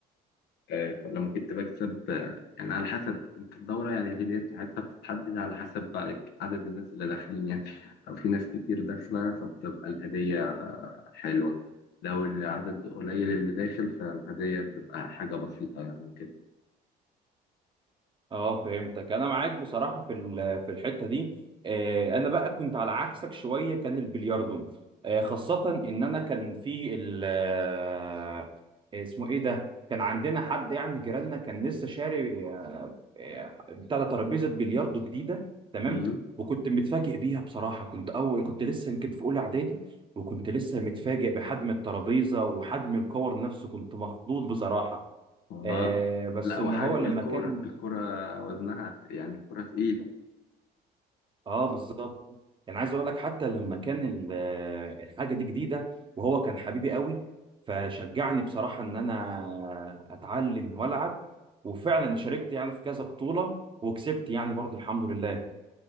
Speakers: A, on the left; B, on the right.
A: آه، لما كنت بكسب آه، يعني على حسب كنت الدورة يعني الهدية بتاعتها بتتحدد على حسب بقى عدد الناس اللي داخلين يعني لو في ناس كتير داخلة فبتبقى الهدية آه، حلوة لو العدد قليل اللي داخل فالهدية بتبقى حاجة بسيطة يعني
B: اه فهمتك انا معاك بصراحه في ال- في الحته دي آه، انا بقى كنت على عكسك شويه كان البلياردو آه، خاصه ان انا كان في ال آه، اسمه ايه ده كان عندنا حد يعني جيراننا كان لسه شاري آه، بتاع ده ترابيزه بلياردو جديده تمام
A: كده
B: وكنت متفاجئ بيها بصراحه كنت اول كنت لسه يمكن في اولى اعدادي وكنت لسه متفاجئ بحجم الترابيزه وحجم الكور نفسه كنت مخضوض بصراحه
A: اه
B: آه، بس
A: لا
B: ان
A: وحجم
B: هو لما
A: الكوره
B: كان
A: الكوره وزنها يعني الكوره تقيله
B: اه بالظبط يعني عايز اقول لك حتى لما كان ال- الحاجه دي جديده وهو كان حبيبي قوي فشجعني بصراحه ان انا اتعلم والعب وفعلا شاركت يعني في كذا بطوله وكسبت يعني برضو الحمد لله